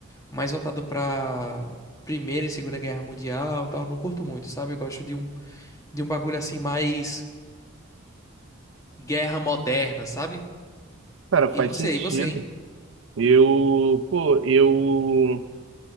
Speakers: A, on the left (about 15°); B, on the right (about 75°).
A: mais voltado pra Primeira e Segunda Guerra Mundial e tal. Não curto muito, sabe? Eu gosto de um, de um bagulho assim mais guerra moderna, sabe?
B: Cara,
A: E
B: faz
A: você,
B: sentido.
A: e você, hein?
B: Eu, pô, eu